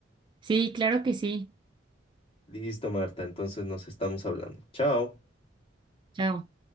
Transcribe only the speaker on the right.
Sí, claro que sí.
Chao.